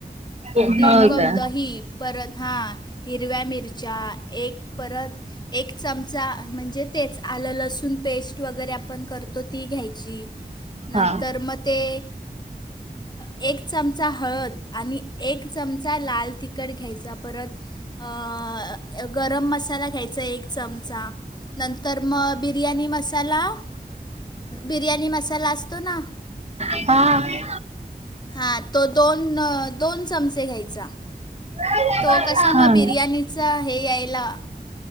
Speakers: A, on the right; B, on the left.
A: हो
B: दीड कप
A: का
B: दही परत हां हिरव्या मिरच्या एक परत- एक चमचा म्हणजे तेच आलं लसूण पेस्ट वगैरे आपण करतो ती घ्यायची. नंतर
A: हा
B: मग ते एक चमचा हळद आणि- एक चमचा लाल तिखट घ्यायचा परत अ गरम मसाला घ्यायचा. एक चमचा नंतर मग बिर्याणी मसाला बिर्याणी मसाला असतो ना
A: हा
B: हा तो दोन दोन चमचे घ्यायचा
A: हा
B: तो कसा मग बिर्याणीचा हे यायला